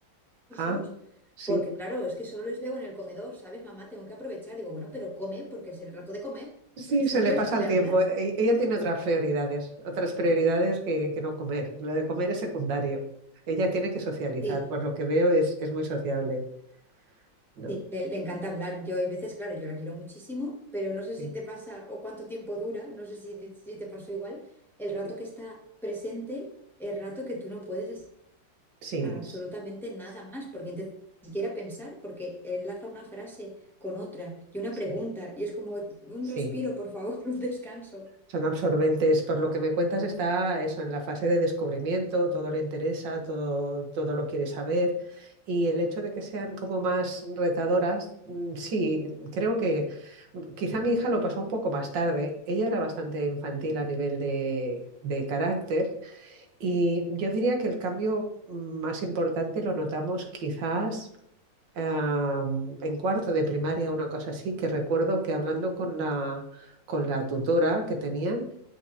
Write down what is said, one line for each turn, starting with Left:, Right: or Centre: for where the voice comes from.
Centre: cursos,
Right: ah, sí.
Centre: porque claro, es que solo les veo en el comedor, ¿sabes? Mamá, tengo que aprovechar. Digo, bueno, pero come porque es el rato de comer,
Right: Sí,
Centre: <laughs> ¿sabes?
Right: se le pasa
Centre: Lo de
Right: el tiempo.
Centre: hablar.
Right: E- Ella tiene otras prioridades, otras prioridades que, que no comer. Lo de comer es secundario. Ella tiene que socializar,
Centre: Sí.
Right: por lo que veo es, es muy sociable, ¿no?
Centre: Sí, le, le encanta hablar. Yo hay veces, claro, yo la quiero muchísimo, pero no sé si
Right: Sí,
Centre: te pasa o cuánto tiempo dura, no sé si, si te pasó igual. El rato
Right: sí,
Centre: que está presente, el rato que tú no puedes es-
Right: sí,
Centre: absolutamente nada más, porque intentas ni siquiera pensar, porque enlaza una frase con otra y una
Right: sí.
Centre: pregunta, y es como un
Right: sí.
Centre: respiro, por favor, <laughs> un descanso.
Right: Son absorbentes. Por lo que me cuentas, está eso en la fase de descubrimiento, todo le interesa, todo, todo lo quiere saber. Y el hecho de que sean como más retadoras, mm, sí, creo que mm, quizá mi hija lo pasó un poco más tarde. Ella era bastante infantil a nivel de, de carácter y yo diría que el cambio más importante lo notamos quizás am, en cuarto de primaria, una cosa así, que recuerdo que hablando con la, con la tutora que tenían,